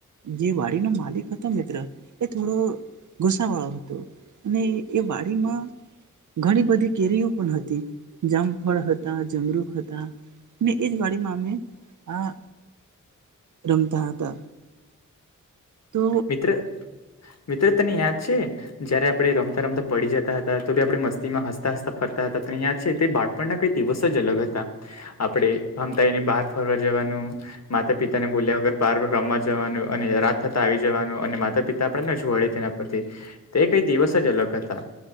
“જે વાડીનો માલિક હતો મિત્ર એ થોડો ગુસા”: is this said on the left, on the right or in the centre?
Right